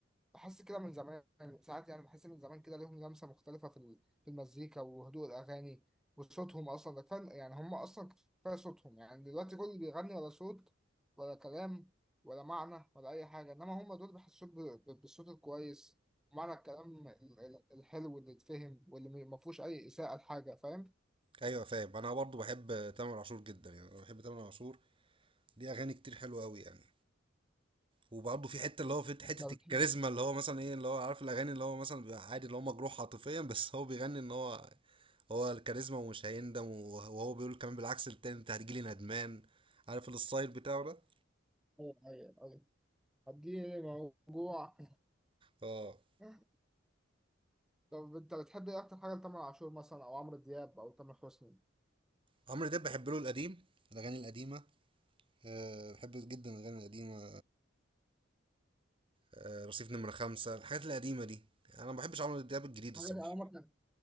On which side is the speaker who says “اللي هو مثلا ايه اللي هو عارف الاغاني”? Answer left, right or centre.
Right